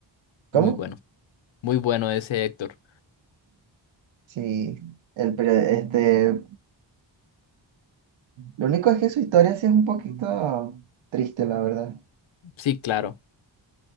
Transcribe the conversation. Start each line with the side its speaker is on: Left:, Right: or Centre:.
Right: ¿cómo?
Left: muy bueno, muy bueno ese Héctor.
Right: Sí, el, pero, este, lo único es que su historia sí es un poquito triste, la verdad.
Left: Sí, claro.